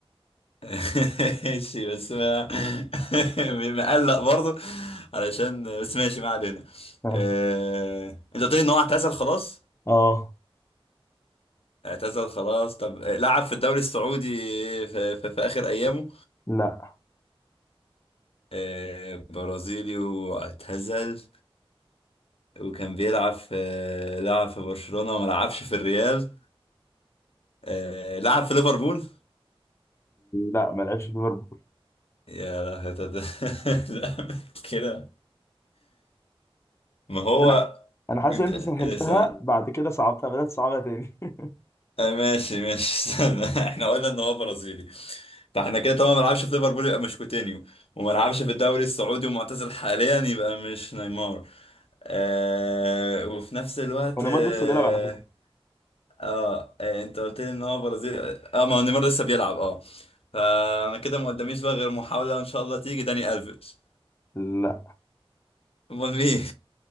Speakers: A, on the left (about 75°); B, on the left (about 25°).
A: <laughs> ماشي بس ما <laughs> مقلق برضه علشان بس ماشي ما علينا
B: ها
A: آه، انت قلت لي ان هو اعتزل خلاص
B: آه
A: اعتزل خلاص طب آه، لعب في الدوري السعودي في, في, في اخر ايامه
B: لا
A: آه، برازيلي واعتزل وكان بيلعب في لعب في برشلونة ما لعبش في الريال آه، لعب في ليفربول
B: لا ما لعبش في ليفربول
A: يا لهوي ده ده- <laughs> لا كده ما هو
B: أنا أنا حاسس
A: ده-
B: إن أنت سهلتها
A: استنى
B: بعد كده صعبتها بدأت تصعبها تاني <laughs>
A: آه، ماشي ماشي استنى <laughs> احنا قلنا ان هو برازيلي فاحنا كده طبعا ما لعبش في ليفربول يبقى مش كوتينيو وما لعبش في الدوري السعودي ومعتزل حاليا يبقى مش نيمار آه وفي نفس الوقت
B: ونيمار
A: آه
B: لسه بيلعب على فكرة
A: اه إيه، انت قلت لي ان هو برازيل اه ما هو نيمار لسه بيلعب اه فانا كده ما قداميش بقى غير محاولة ان شاء الله تيجي داني الفيش
B: لا
A: امال مين